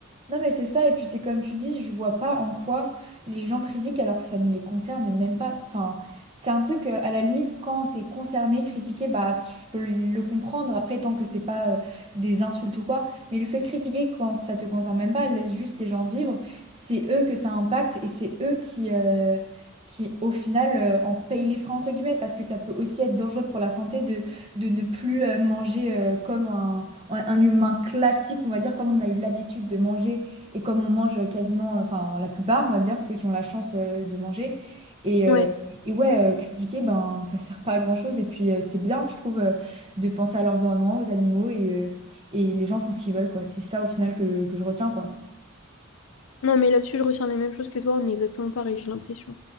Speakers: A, on the right; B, on the left.
A: Non mais c'est ça, et puis c'est comme tu dis, je vois pas en quoi les gens critiquent alors que ça ne les concerne même pas. Enfin, c'est un truc, euh, à la limite, quand t'es concerné, critiqué, bah je peux le comprendre, après tant que c'est pas euh, des insultes ou quoi, mais le fait de critiquer quand ça te concerne même pas, laisse juste les gens vivre, c'est eux que ça impacte, et c'est eux qui, euh, qui au final euh, en payent les frais entre guillemets, parce que ça peut aussi être dangereux pour la santé de, de ne plus euh, manger euh, comme un, un humain classique, on va dire, comme on a eu l'habitude de manger et comme on mange quasiment, enfin la plupart, on va dire, ceux qui ont la chance euh, de manger. Et, euh,
B: Ouais.
A: et ouais, euh, critiquer, ben, ça sert pas à grand-chose. Et puis euh, c'est bien, je trouve, euh, de penser à l'environnement, aux animaux, et, euh, et les gens font ce qu'ils veulent, quoi. C'est ça au final que, que je retiens, quoi.
B: Non, mais là-dessus, je retiens les mêmes choses que toi, on est exactement pareil, j'ai l'impression.